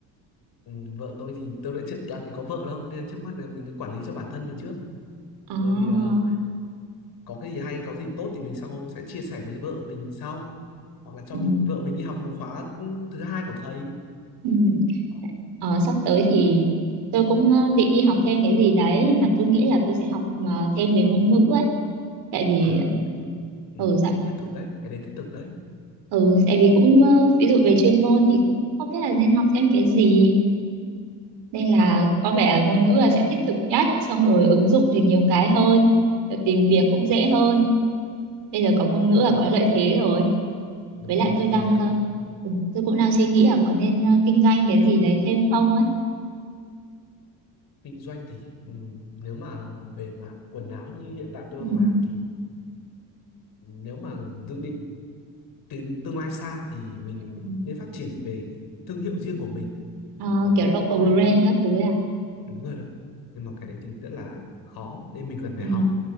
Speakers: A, on the left; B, on the right.
A: ừ, vợ tôi thì tôi đã chưa làm gì có vợ đâu nên là trước mắt là mình cứ quản lý cho bản thân mình trước
B: à,
A: rồi ờ, có cái gì hay có gì tốt thì mình sau sẽ chia sẻ với vợ mình sau hoặc là cho
B: ừ,
A: mình vợ mình đi học một khóa ừ, thứ hai của thầy
B: ừ.
A: Đó.
B: Ờ, sắp tới thì tôi cũng ờ, định đi học thêm cái gì đấy nhưng mà tôi nghĩ là tôi sẽ học ờ, thêm về ngôn ngữ ấy tại vì
A: à đúng rồi. ừ.
B: ờ, ừ dạ
A: thiết thực đấy cái đấy thiết thực đấy
B: ừ tại vì cũng ờ, ví dụ về chuyên môn thì cũng không biết là nên học thêm cái gì nên là có vẻ ngôn ngữ là sẽ thiết thực nhất xong rồi ứng dụng được nhiều cái hơn rồi tìm việc cũng dễ hơn bây giờ có ngôn ngữ
A: ừ.
B: là có lợi thế rồi
A: đúng
B: với
A: rồi
B: lại tôi
A: tôi
B: đang
A: thấy là
B: ờ, ừ, tôi cũng đang suy nghĩ là có nên ờ, kinh doanh cái gì đấy thêm không ấy
A: kinh doanh thì ừ, nếu mà về mặt quần áo như hiện tại tôi
B: ừ.
A: đang làm thì nếu mà dự định tiến tương lai xa thì mình
B: Ừ.
A: nên phát triển về thương hiệu riêng của mình
B: Ờ,
A: còn
B: kiểu
A: nếu
B: local
A: mà kinh doanh
B: brand các thứ ấy à
A: đúng rồi đó nhưng mà cái đấy thì rất là khó nên mình cần phải
B: ừ.
A: học